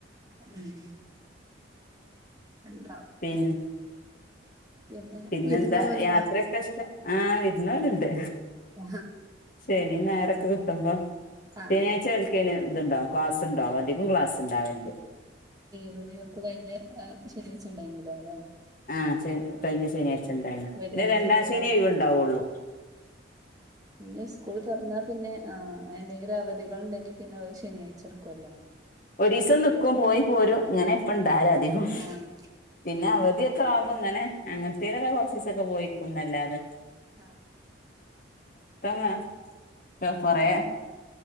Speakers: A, on the right; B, on the left.
A: ഉം <unintelligible> <inaudible> <inaudible> ഉണ്ടാവും
B: പിന്ന <unintelligible>
A: പിന്നെ
B: പിന്നെന്താ
A: വിരുന്ന് പോവലുണ്ടോ
B: യാത്രക്കിഷ്ട്ട ആ വിരുന്ന് പോകലുണ്ട്
A: ആ
B: ശനി ഞായറൊക്കെ കിട്ടുമ്പോ
A: ആഹ്
B: ശനിയാഴ്ച്ച ഇവൽക്കയിന് ഇതുണ്ടാവും ക്ലാസ് ഉണ്ടാവും അധികം ക്ലാസ് ഇണ്ടാവണ്ട്
A: അതർപ്പ് കഴിഞ്ഞ ശനിയാഴ്ച ഉണ്ടായിരുന്നല്ലോ അല്ലേ <unintelligible>
B: ആ ചെ കഴിഞ്ഞ ശനിയാഴ്ച ഇണ്ടായിന്
A: വെള്ളിയാഴ്ച
B: പിന്നെ രണ്ടാം
A: ലീവായപ്പോ
B: ശനി ഒഴിവു ഉണ്ടാവുള്ളു
A: ഇഞ്ഞ് സ്കൂൾ തുറന്നാൽ പിന്നെ ആ എന്തെങ്കിലും അവധികളുണ്ടെങ്കിൽ പിന്നെ ഓര് ശനിയാഴ്ച എടുക്കല്ലോ
B: ഒരു ക്കും പോയി പോരും ഇങ്ങനെ ഇപ്പണ്ടാല് അധികും
A: ആഹ്
B: പിന്നെ അവധി കാബ് ഇങ്ങനെ അങ്ങനത്തെലൊക്കെ കുറച്ച്ചീസം ഒക്കെ പോയിക്കുംന്നല്ലാതെ
A: ആ
B: ആ കൊറെ